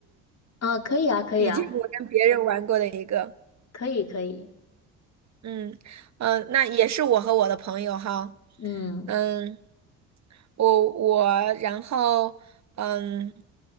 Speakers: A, on the left; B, on the right.
A: 啊，可以啊，可以啊，
B: 以前我跟别人玩过的一个，
A: 可以可以，
B: 嗯嗯、呃那也是我和我的朋友哈，
A: 嗯
B: 嗯，我我然后嗯，